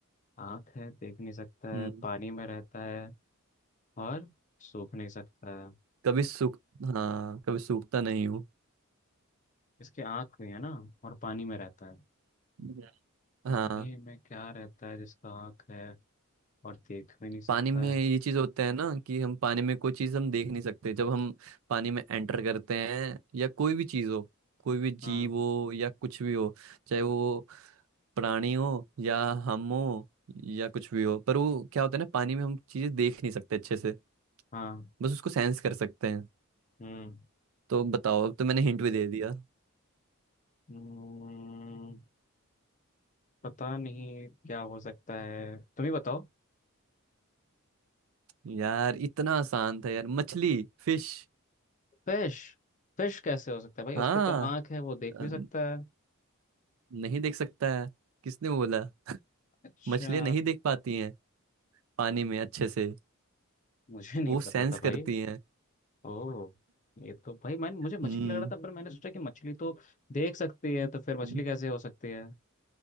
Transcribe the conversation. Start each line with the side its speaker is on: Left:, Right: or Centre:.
Left: आँख है देख नहीं सकता
Right: हम्म
Left: है पानी में रहता है और सूख नहीं सकता है
Right: कभी सूख हाँ कभी सूखता नहीं हूँ
Left: इसके आँख भी है ना और पानी में रहता है
Right: हम्म।
Left: पानी
Right: हाँ
Left: में क्या रहता है जिसका आँख है और देख भी नहीं सकता
Right: पानी में ये
Left: है
Right: चीज होता है ना कि हम पानी में कोई चीज हम देख नहीं सकते जब हम पानी में एंटर करते हैं या कोई भी चीज हो कोई भी जीव
Left: हाँ
Right: हो या कुछ भी हो चाहे वो प्राणी हो या हम हो या कुछ भी हो पर वो क्या होता है ना पानी में हम चीजें देख नहीं सकते अच्छे से
Left: हाँ
Right: बस उसको सेंस कर सकते हैं
Left: हम्म
Right: तो बताओ अब तो मैंने हिंट भी दे दिया
Left: हम्म, पता नहीं क्या हो सकता है तुम ही बताओ
Right: यार इतना आसान था यार मछली फिश
Left: फिश फिश कैसे हो सकता है भाई
Right: हाँ
Left: उसके तो आंख है वो देख
Right: अ,
Left: भी सकता है
Right: नहीं देख सकता है किसने बोला
Left: अच्छा
Right: मछलियां नहीं देख पाती हैं पानी में अच्छे से
Left: मुझे नहीं
Right: वो सेंस
Left: पता था
Right: करती
Left: भाई
Right: हैं
Left: ओ ये तो भाई मैंने मुझे मछली
Right: हम्म
Left: लग रहा था पर मैंने सोचा कि मछली तो देख सकती है तो फिर मछली
Right: हम्म
Left: कैसे हो सकती है